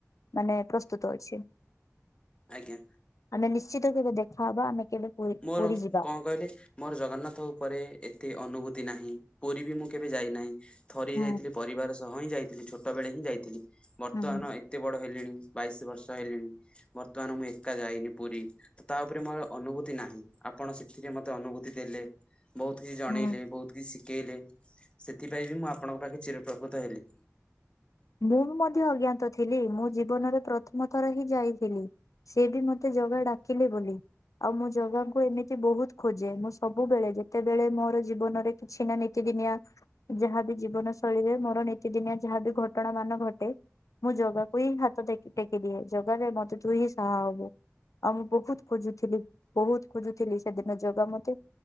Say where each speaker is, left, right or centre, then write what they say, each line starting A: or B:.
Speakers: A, on the left; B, on the left.
A: ମାନେ ପ୍ରସ୍ତୁତ ଅଛି।
B: ଆଜ୍ଞା।
A: ଆମେ ନିଶ୍ଚିତ କେବେ ଦେଖାହବ ଆମେ କେବେ ପୁରୀ
B: ମୋର
A: ପୁରୀ ଯିବା
B: କଣ କହିଲେ ମୋର ଜଗନ୍ନାଥ ଉପରେ ଏତେ ଅନୁଭୂତି। ନାହିଁ ପୁରୀ ବି ମୁଁ କେବେ ଯାଇନାହିଁ ଥରି
A: ହୁଁ
B: ଯାଇଥିଲି ପରିବାର ସହ ହିଁ ଯାଇଥିଲି ଛୋଟବେେଳେ ହିଁ ଯାଇଥିଲି। ବର୍ତ୍ତମାନ
A: ହୁଁ
B: ଏତେ ବଡ ହେଲେଣି। ବାଇଶ ବର୍ଷ ହେଲିଣି ବର୍ତ୍ତମାନ ମୁଁ ଏକା ଯାଇନି ପୁରୀ ତ ତା ଉପରେ ମୋର ଅନୁଭୂତ। ନାଁ ଆପଣ ସେଥିରେ ମତେ ଅନୁଭୂତି ଦେଲେ ବହୁତ କିଛି ଜଣେଇଲେ
A: ହୁଁ
B: ବହୁତ କିଛି ଶି ପକେଇଲେ ସେଥିପାଇଁ ବି ମୁଁ ଆପଣଙ୍କ ପାଖେ ଚିରପ୍ରକୃତ ହେଲି
A: ମୁଁ ମଧ୍ୟ ଅଜ୍ଞାତ ଥିଲି ମୁଁ ଜୀବନରେ ପ୍ରଥମ ଥର ହିଁ ଯାଇଥିଲି ସେି ବି ମତେ ଜଗା ଡାକିଲେ ବୋଲି ଆଉ ମୁଁ ଜଗାକୁ ଏମିତି। ବହୁତ ଖୋଜେ ମୁଁ ସବୁବେଳେ ଯେତେବେଳେ ମୋର ଜୀବନରେ କିଛି ନା ନିୀତିଦିନିଆ ଯାହା। ଜୀବନ ଶୈଳୀରେ ମୋର ନିୀତିଦିନିଆ ଯାହାବି ଘଟଣା ମାନ ଘଟେ ମୁଁ ଜୋଗାକୁ ହିଁ ହାତ ଟେକିଦିଏ ଜୋଗାରେ ମତେ ତୁ ହିଁ ସାହା ହବୁ। ଆଉ ମୁଁ ବହୁତ ଖୋଜୁଥିଲି ବହୁତ ଖୋଜୁଥିଲି ସେଦିନ ଜୋଗା ମତେ